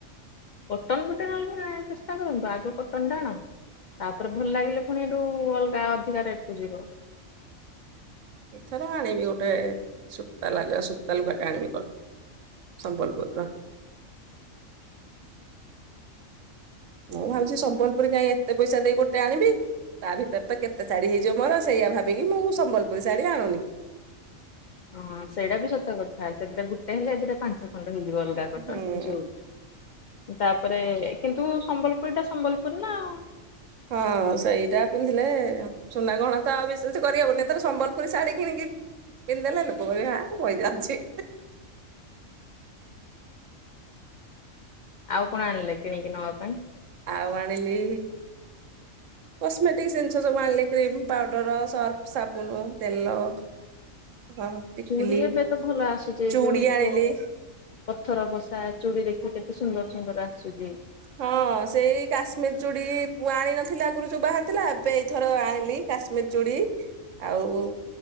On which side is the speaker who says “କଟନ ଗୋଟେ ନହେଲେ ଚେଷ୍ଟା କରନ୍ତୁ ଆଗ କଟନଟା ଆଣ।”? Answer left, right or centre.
Left